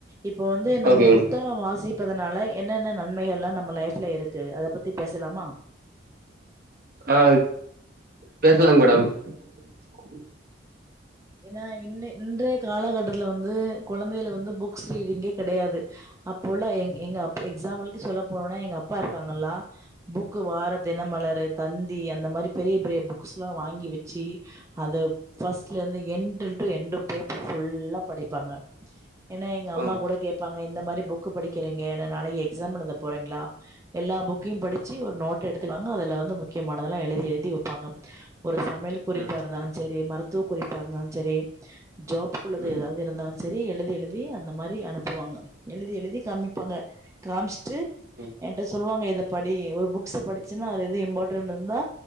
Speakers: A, on the right; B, on the right.
A: இப்ப வந்து நம்ம
B: ஓகேங்
A: புத்தா புக்க வாசிப்பதுனால என்னென்ன நன்மைகள் எல்லாம் நம்ம லைஃப்ல இருக்கு அதை பத்தி பேசலாமா
B: ஆ பேசலாங்க மேடம் உம்
A: ஏன்னா இன்ன இன்றைய காலகட்டத்துல வந்து குழந்தைங்களா வந்து புக்ஸ் ரீடிங்கு கிடையாது அப்போல்லாம் எ எங்க எக்ஸாம்பிளுக்குக்கு சொல்ல போனா எங்க அப்பா இருக்காங்கல்லா புக்கு வார தினமலர் தந்தி அந்த மாரி பெரிய பெரிய புக்ஸ் எல்லாம் வாங்கி வச்சி அது ஃபர்ஸ்ட்ல இருந்து எண்டு டு எண்டு பேப்பர் ஃபுல்லா படிப்பாங்க ஏன்னா எங்க அம்மா
B: ம்
A: கூட கே ப்பாங்க இந்த மாரி புக் படிக்கிறீங்க நாளைக்கு எக்ஸாம் எழுத போறீங்களா எல்லா புக்கையும் படி ச்சி ஒரு நோட் எடுத்துப்பாங்க அதுல வந்து முக்கியமானதெல்லாம் எழுதி எழுதி வைப்பாங்க ஒரு சமையல் குறிப்பா
B: ம்
A: இருந்தாலும் செரி மருத்துவ குறிப்பா இருந்தாலும் செரி ஜாப்க்குள்ளது
B: ம்
A: ஏதாவது இருந்தாலும் செரி எழுதி எழுதி அந்த மாரி அனுப்புவாங்க எழுதி எழுதி காமிப்பாங்க காமிச்சுட்டு
B: ம் ஆ, ம்
A: என்கிட்ட சொல்லுவாங்க இத படி ஒரு புக்ஸ படி சுன்னா அது இது இம்பார்டண்ட் இருந்தா